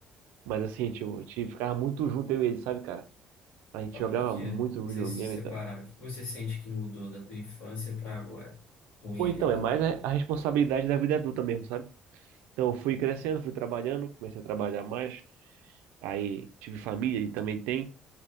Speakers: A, on the right (about 75°); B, on the left (about 85°).
A: Mas assim, tipo, a gente ficava muito junto eu e ele, sabe, cara? A gente
B: Mas
A: jogava
B: por quê
A: muito
B: que
A: videogame,
B: vocês se separaram?
A: então.
B: O que você sente que mudou da tua infância para agora com ele
A: Ou então,
B: ali?
A: é mais a a responsabilidade da vida adulta mesmo, sabe? Então, eu fui crescendo, fui trabalhando, comecei a trabalhar mais. Aí, tive família, ele também tem.